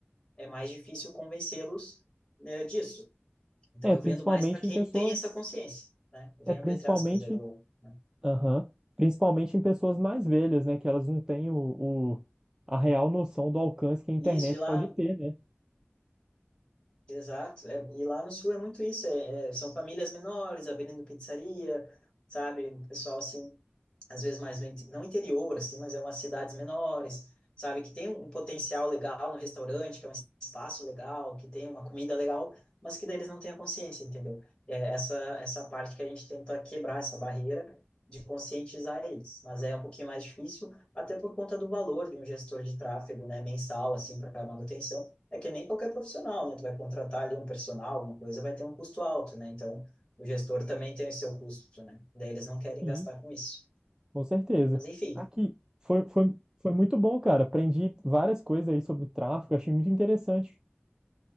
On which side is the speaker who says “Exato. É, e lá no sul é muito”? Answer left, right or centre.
Left